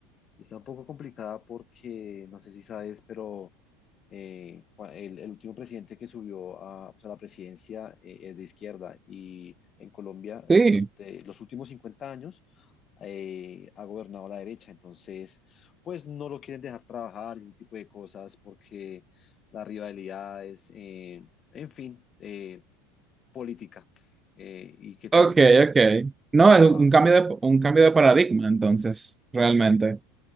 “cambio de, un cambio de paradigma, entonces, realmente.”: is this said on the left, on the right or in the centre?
Right